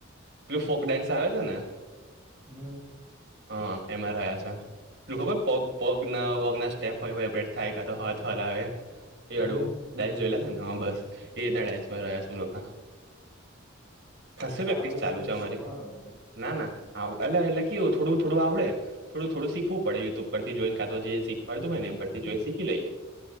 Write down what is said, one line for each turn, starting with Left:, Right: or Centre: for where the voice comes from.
Right: પેલું ફોક ડાન્સ આવે છે, ને
Centre: હમ.
Right: હા એમાં રહયા છે. પેલુ ખબર પગ પગના પગના સ્ટેપ હોય <unintelligible> થાય હાથ હલાવે એ અડું
Centre: હમ
Right: ડાન્સ જોયલા છે, ને હ બસ એ રીતના ડાન્સમાં રહયા છે. ખાશી
Centre: તો
Right: પ્રેક્ટીસ
Centre: આવડે
Right: ચાલુ
Centre: કે
Right: છે, અમારી
Centre: શીખવાના તમારે
Right: ના ના આવે એટલે એટલે કેવું થોડું થોડું આવડે થોડું થોડું શીખવું પડે યુટ્યુબ પરથી જોઈન કાતો જે શીખવાડતું હોય ને એમ પરથી જોઈન શીખી લઈએ